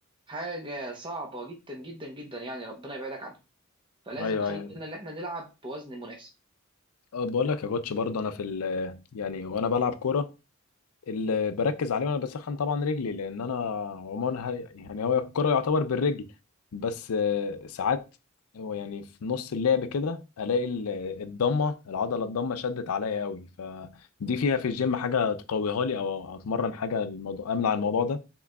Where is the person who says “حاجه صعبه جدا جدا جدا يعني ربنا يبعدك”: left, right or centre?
Right